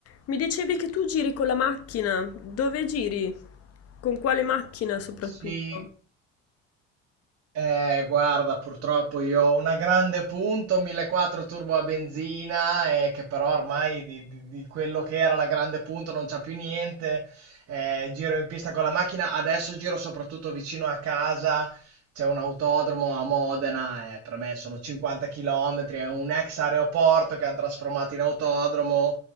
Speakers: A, on the left (about 55°); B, on the right (about 55°).
A: Mi dicevi che tu giri con la macchina. Dove giri? Con quale macchina soprattutto?
B: Sì, eh, guarda, purtroppo io ho una grande punto 1.4 turbo a benzina, eh, che però ormai di, di- di quello che era la grande punto non c'è più niente. eh, giro in pista con la macchina, adesso giro soprattutto vicino a casa. C'è un autodromo a Modena, eh, per me sono 50 km, è un ex aeroporto che hanno trasformato in autodromo